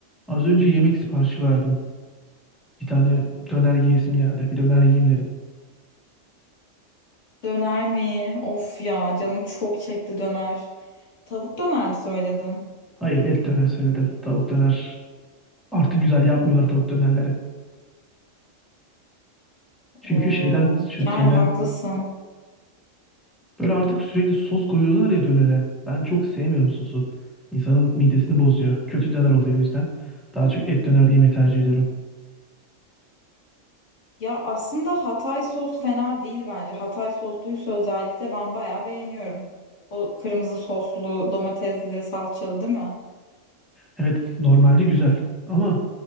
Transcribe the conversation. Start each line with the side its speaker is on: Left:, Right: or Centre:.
Centre: Az önce yemek siparişi verdim. Bir tane döner yiyesim geldi. Bir döner yiyeyim dedim.
Left: Döner mi? Of ya canım çok çekti döner. Tavuk döner mi söyledin?
Centre: Hayır et döner söyledim. Tavuk döner. Artık güzel yapmıyorlar tavuk dönerleri. Çünkü
Left: Oo,
Centre: şeyden şun-
Left: yani
Centre: şeyden
Left: haklısın.
Centre: böyle artık sürekli sos koyuyorlar ya dönere. Ben çok sevmiyorum sosu. İnsanın midesini bozuyor. Kötü döner oluyor o yüzden. Daha çok et döner yemeyi tercih ediyorum.
Left: Ya aslında Hatay sos fena değil bence. Hatay sosluysa özellikle ben bayağı beğeniyorum. O kırmızı soslu, domatesli, salçalı değil mi?
Centre: Evet normalde güzel ama